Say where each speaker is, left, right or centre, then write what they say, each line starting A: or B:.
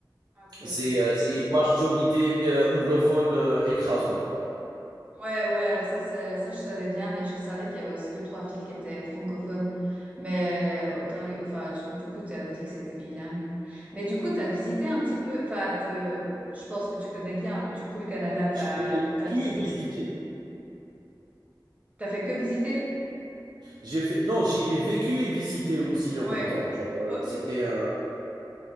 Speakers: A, on the right; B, on the right.
A: Ok.
B: C'est euh, c'est une majorité euh, anglophone euh, écrasante, quoi.
A: Ouais, ouais, alors ça, c'est- ça, je savais bien, mais je savais qu'il y avait aussi deux, trois villes qui étaient francophones. Mais euh, Ontario, enfin, je- du coup, tu avais dit que c'était bilingue. Mais du coup, tu as visité un petit peu, enfin, te- je pense que tu connais bien, du coup, le Canada, t'as,
B: J'y ai
A: t'as
B: vécu
A: visité
B: et visité.
A: quoi? T'as fait que visiter?
B: J'ai fait... Non, j'y ai vécu et visité aussi
A: Ouais.
B: en même temps. Genre,
A: Ok.
B: euh, C'était un...